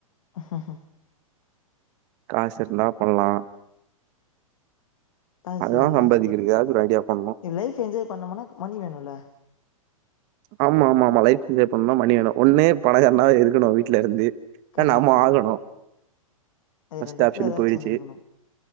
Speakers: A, on the left (about 70°); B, on the right (about 40°).
A: ஹஹ
B: காசு இருந்தா பண்லா
A: காசு
B: அததா
A: இல்ல
B: சம்பாதிக்கிறதுக்காவது ஒரு ஐடியா பண்ணு
A: லைஃப் என்ஜாய் பண்ணோம்னா மணி வேணும்ல
B: ஆமா ஆமா ஆமா லைஃப் என்ஜாய் பண்ணும்னா மணி வேணு ஒன்னு பணக்காரனா இருக்கணு வீட்ல இருந்து
A: கரெக்ட்
B: நம்ம ஆகணு
A: அது
B: ஃபஸ்ட்
A: ரெண்டுத்துல
B: ஆப்ஷன்
A: ஏதாச்சும்
B: போயிடுச்சு
A: ஒண்ணு இருக்கணும்